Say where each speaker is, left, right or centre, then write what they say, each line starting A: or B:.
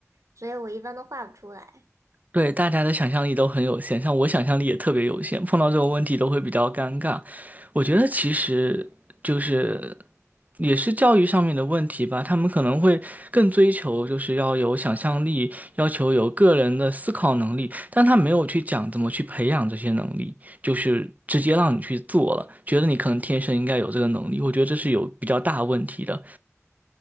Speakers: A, on the right; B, on the right.
A: 所以我一般都画不出来。
B: 对，大家的想象力都很有限，像我想象力也特别有限，碰到这种问题都会比较尴尬。我觉得其实就是也是教育上面的问题吧，他们可能会更追求就是要有想象力，要求有个人的思考能力，但他没有去讲怎么去培养这些能力，就是直接让你去做了，觉得你可能天生应该有这个能力，我觉得这是有比较大问题的。